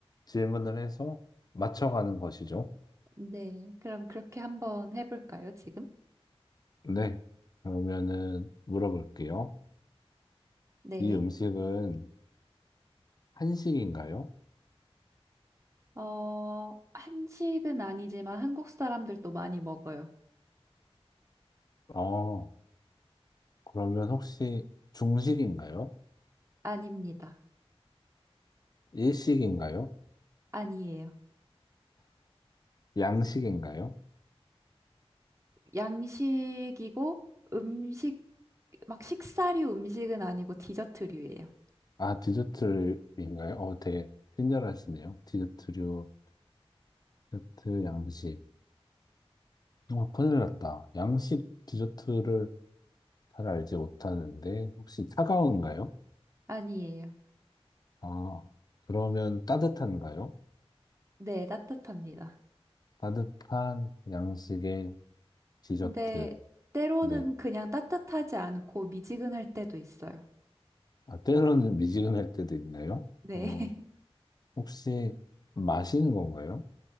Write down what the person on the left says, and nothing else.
질문을 해서 맞춰가는 것이죠.
네. 그러면은 물어볼게요.
이 음식은 한식인가요?
어, 그러면 혹시 중식인가요?
일식인가요?
양식인가요?
아, 디저트인가요? 어, 되게 친절하시네요. 디저트류, 디저트 양식. 어, 큰일 났다. 양식 디저트를 잘 알지 못하는데, 혹시 차가운가요?
아, 그러면 따뜻한가요?
따뜻한 양식의 디저트.
네.
아, 때로는 미지근할 때도 있나요?
어,
혹시 마시는 건가요?